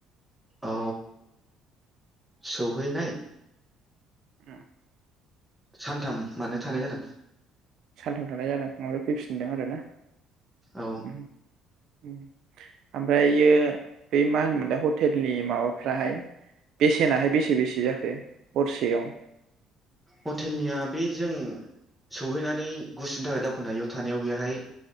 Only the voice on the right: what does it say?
उम।
सानथाम थानाय जादों ओमफ्राय फैफिन फिनदों आरो ना?
ओम ओमफ्रायो बै मा होनोमोनलाय हटेलनि माबाफ्राहाय बेसेनाहाय बेसे बेसे जाखो हरसेयाव?